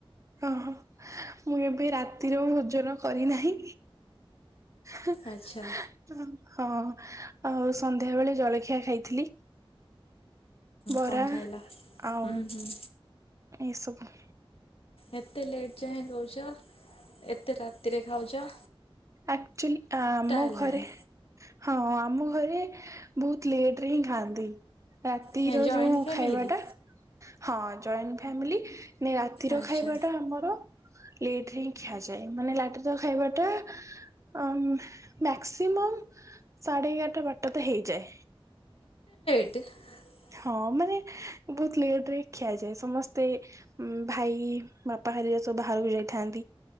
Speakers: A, on the right (about 35°); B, on the left (about 80°).
A: ଅ ହ ମୁଁ ଏବେ ରାତିର ଭୋଜନ କରିନାହିଁ। ହଁ
B: ଆଚ୍ଛା
A: ଆଉ ସନ୍ଧ୍ୟା ନ୍ଧ୍ୟାବେଳେ ଜଳଖିଆ ଖାଇଥିଲି। ବରା
B: କଣ ଖାଇଲ?
A: ଆଉ
B: ହୁଁ ହୁଁ
A: ଏ ସବୁ।
B: ଏତେ ଲେଟ୍ ଯାଏ ରୋହୁଚ ଏତେ ରାତିରେ ଖାଉଚ।
A: ଆକ୍ଚୁଲି ଆମ
B: ହେଲାଣି
A: ଘରେ ହଁ ଆମ ଘରେ ବୋହୁତ କ୍ଲେଟ୍ ରେ ହିଁ ଖାଆନ୍ତି। ରାତିର
B: କାଇଁ ଜଏଣ୍ଟ
A: ଯୋଉ
B: ଫ୍ୟାମିଲି
A: ଖାଇବାଟା
B: କି
A: ହଁ ଜଏଣ୍ଟ ଫ୍ୟାମିଲି ନାଇଁ ରାତିର
B: ଆଚ୍ଛା
A: ଖାଇବାଟା ଆମର ଲେଟରେ ହିଁ ଖିଆଯାଏ। ମାନେ ଲାଟିର ଖାଇବା ଟା ଆମ୍ ମ୍ୟାକ୍ସିମମ୍ ସାଢେ ଏଗାରଟା ବାରଟା ତ ହେଇଯାଏ।
B: <inaudible>
A: ହଁ ମାନେ ବୋହୁତ ଲେଟ ରେ ଖିଆଯାଏ। ସମସ୍ତେ ଭାଇ ବାପା ହେରୀକା ସବୁ ବାହାରକୁ ଯାଇଥାନ୍ତି।